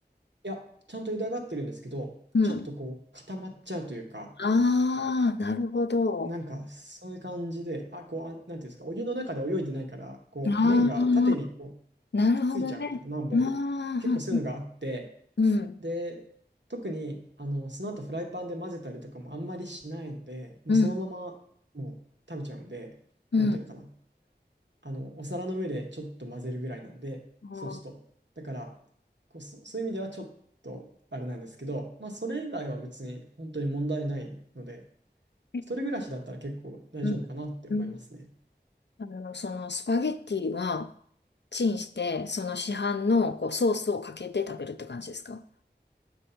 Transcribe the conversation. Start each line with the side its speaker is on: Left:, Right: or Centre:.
Right: いや、ちゃんと茹で上がってるんですけど、
Left: うん。
Right: ちょっとこう固まっちゃうというか、
Left: ああ、なるほど。
Right: なんかそういう感じで、あ、こう、あ、なんていうんですか、お湯の中で泳いでないから、こう、
Left: ああ、
Right: 麺が縦にこうくっついちゃうみたいな、
Left: なるほどね。
Right: 何本か。
Left: ああ、
Right: 結構そういうのがあって、
Left: うん、
Right: で、特に、あの、その後フライパンで混ぜたりとかもあんまりしないので、もうそのままもう食べちゃうんで、
Left: うん、うん。
Right: なんていうのかな、あの、お皿の上でちょっと混ぜるぐらいなんで、
Left: ああ、
Right: ソースと。だから、こう、そ、そういう意味ではちょっとあれなんですけど、まあ、それ以外は別に本当に問題ないので、
Left: え
Right: 一人暮らしだったら結構大丈夫かなって思いますね。
Left: うんうん。あの、そのスパゲッティは、チンして、その市販のこうソースをかけて食べるって感じですか